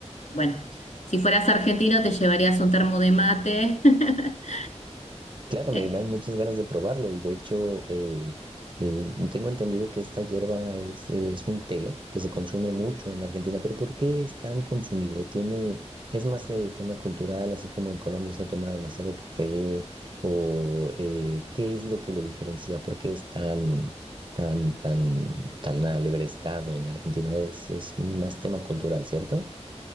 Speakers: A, on the left; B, on the right.
A: bueno, si fueras argentino te llevarías un termo de mate. <laughs>
B: Claro,
A: Eh,
B: me dan muchas ganas de probarlo y de hecho eh, eh, tengo entendido que esta hierba es, eh, es un té que se consume mucho en Argentina, pero ¿por qué es tan consumido? Tiene, es más de tema cultural, así como en Colombia se toma demasiado café o eh, ¿qué es lo que lo diferencia? ¿Por qué es tan, tan, tan, tan alegre estado en Argentina? Es, es más tema cultural, ¿cierto?